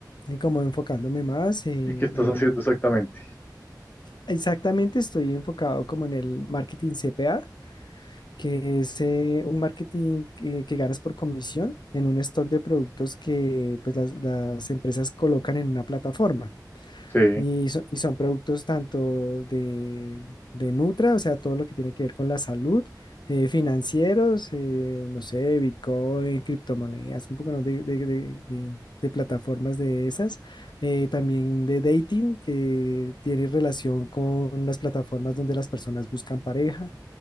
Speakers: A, on the left (about 80°); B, on the left (about 25°).
A: como enfocándome más. eh, y
B: ¿Y qué estás haciendo exactamente?
A: exactamente estoy enfocado como en el marketing C P A que es eh, un marketing que, que ganas por comisión en un stock de productos que pues, las las empresas colocan en una plataforma.
B: Sí,
A: Y, so- y son productos tanto de, de Nutra, o sea, todo lo que tiene que ver con la salud, eh, financieros, eh, no sé, Bitcoin, criptomonedas, un poco ¿no? de, de- de- de- de plataformas de esas. Eh, también de dating, que tiene relación con las plataformas donde las personas buscan pareja.